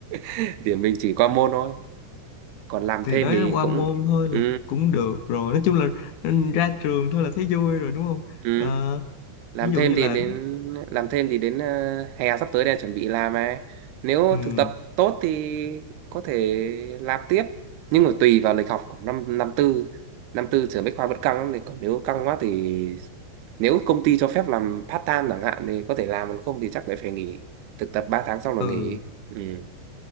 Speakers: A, on the right; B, on the left.
A: <laughs> điểm mình chỉ qua môn thôi còn làm
B: thì
A: thêm
B: đó
A: thì
B: qua
A: cũng
B: môn thôi là
A: ừ,
B: cũng được rồi nói chung là ừ, ra trường thôi là thấy vui rồi đúng không
A: ừ.
B: Ờ,
A: làm
B: ví dụ
A: thêm
B: như
A: thì
B: là
A: đến làm thêm thì đến ờ, hè sắp tới đây chuẩn bị làm mà nếu
B: ừ,
A: thực tập tốt thì có thể làm tiếp nhưng mà tùy vào lịch học của năm năm tư năm tư trường bách khoa vẫn căng lắm thì còn nếu căng quá thì nếu công ty cho phép làm part time chẳng hạn thì có thể làm còn không thì chắc lại phải nghỉ thực tập 3 tháng xong là
B: ừ
A: nghỉ ừ.